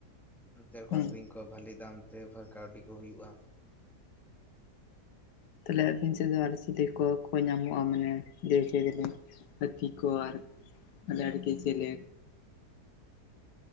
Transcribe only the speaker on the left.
ᱦᱮᱸ
ᱛᱟᱦᱞᱮ ᱟᱹᱵᱤᱱ ᱥᱮᱫ ᱫᱚ ᱟᱨ ᱪᱤᱞᱤ ᱠᱚᱠᱚ ᱧᱟᱢᱚᱜᱼᱟ ᱢᱟᱱᱮ ᱞᱟᱹᱭ ᱦᱚᱪᱚᱭ ᱫᱟᱞᱤᱧ ᱾ ᱦᱟᱹᱛᱤ ᱠᱚ ᱟᱨ ᱡᱟᱨᱠᱤ ᱡᱮᱞᱮᱼᱼ